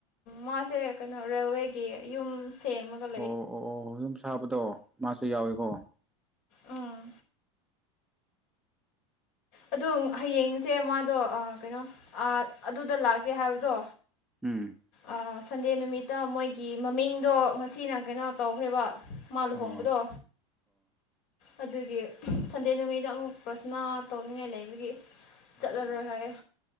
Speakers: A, on the left; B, in the centre.
A: ꯃꯥꯁꯦ ꯀꯩꯅꯣ ꯔꯦꯜꯋꯦꯒꯤ ꯌꯨꯝ ꯁꯦꯃꯒꯥ
B: ꯑꯣ ꯑꯣ ꯑꯣ ꯌꯨꯝ ꯁꯥꯕꯗꯣ ꯃꯥꯁꯨ ꯌꯥꯎꯏꯌ‌ꯦꯀꯣ
A: ꯑꯥ... ꯑꯗꯨ ꯍꯌꯦꯡꯁꯦ ꯃꯗꯣ ꯑ ꯀꯩꯅꯣ ꯑ ꯑꯗꯨꯗ ꯂꯥꯛꯀꯦ ꯍꯥꯏꯕꯗꯣ
B: ꯎꯝ
A: ꯑ ꯁꯟꯗꯦ ꯅꯨꯃꯤꯠꯇ ꯃꯣꯏꯒꯤ ꯃꯃꯤꯡꯗꯣ ꯉꯁꯤꯅ ꯀꯩꯅꯣ ꯇꯧꯈ꯭ꯔꯦꯕꯥ ꯃꯥ ꯂꯨꯍꯣꯡꯕꯗꯣ
B: ꯑꯣ
A: ꯑꯗꯨꯒꯤ ꯁꯟꯗꯦ ꯅꯨꯃꯤꯠꯗ ꯑꯃꯨꯛ ꯄ꯭ꯔꯥꯁꯅꯥ ꯇꯧꯅꯤꯡꯉꯥꯏ ꯂꯩꯕꯒꯤ
B: ꯑꯣ
A: ꯆꯠꯂꯔꯣꯏ ꯍꯥꯏꯌ‌ꯦ